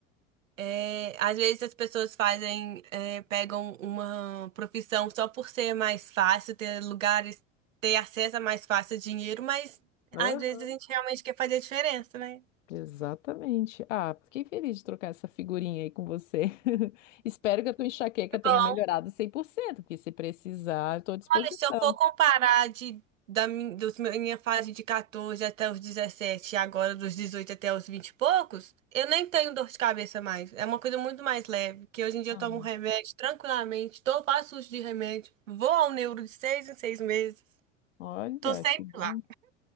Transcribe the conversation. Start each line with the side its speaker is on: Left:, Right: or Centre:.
Right: é, às vezes as pessoas fazem, é, pegam uma profissão só por ser mais fácil, ter lugares, ter acesso a mais fácil dinheiro, mas
Left: Aham.
Right: às vezes a gente realmente quer fazer a diferença, né?
Left: Exatamente. Ah, fiquei feliz de trocar essa figurinha aí com você. <laughs> Espero que a tua enxaqueca
Right: Que
Left: tenha
Right: bom.
Left: melhorado 100%. porque se precisar, estou à disposição.
Right: Se eu for comparar de, da min- dos meu- minha fase de 14 até os 17 e agora dos 18 até os 20 e poucos, eu nem tenho dor de cabeça mais. É uma coisa muito mais leve, que hoje em dia
Left: Ah,
Right: eu tomo remédio tranquilamente, tô, faço uso de remédio, vou ao neuro de seis em seis meses,
Left: olha,
Right: tô sempre
Left: que bom.
Right: lá.